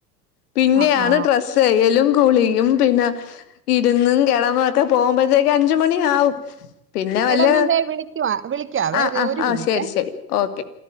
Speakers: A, on the left; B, on the right.
A: പിന്നെയാണ്
B: ആ ആ ആ.
A: ഡ്രസ്സ് കഴുകലും- കുളിയും പിന്നെ ഇരുന്നും കെടന്നും ഒക്കെ പോകുമ്പോഴത്തേക്ക് അഞ്ചു മണി ആവും പിന്നെ വല്യ
B: എടാ ഞാൻ ദേ വിളിക്കുവാ വിളിക്കാവേ
A: ആഹ്
B: അതെ
A: ആഹ്
B: ഒരു
A: ആഹ്
B: മിനിറ്റ്
A: ശരി ശരി ഓക്കെ